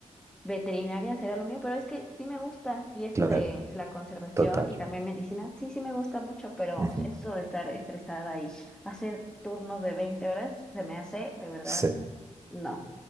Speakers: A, in the centre; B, on the right.
A: Veterinaria será lo mío, pero es que sí me gusta y esto
B: claro,
A: de la conservación
B: total.
A: y también medicina, sí, sí me gusta mucho, pero
B: Ujú.
A: esto de estar estresada y hacer turnos de 20 horas se me hace de verdad,
B: Sí.
A: no,